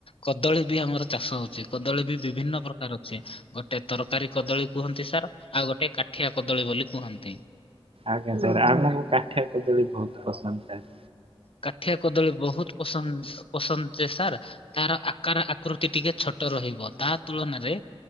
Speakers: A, on the left; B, on the right.
A: କଦଳୀ ବି ଆମର ଚାଷ ହଉଛି କଦଳୀ ବି ବିଭିନ୍ନ ପ୍ରକାର ଅଛି। ଗୋଟେ ତରକାରୀ କଦଳୀ କୁହନ୍ତି ସାର୍ ଆଉ ଗୋଟେ କାଠିଆ କଦଳୀ ବୋଲି କୁହନ୍ତି।
B: ଆଜ୍ଞା ସାର୍ ଆମକୁ କାଠିଆ କଦଳୀ ବହୁତ ପସନ୍ଦ ଥାଏ।
A: କାଠିଆ କଦଳୀ ବହୁତ ପସନ୍ଦ ପସନ୍ଦ ଯେ ସାର୍ ତାର ଆକାର ଆ। ଆକୃତି ଟିକେ ଛୋଟ ରହିବ। ତା ତୁଳନାରେ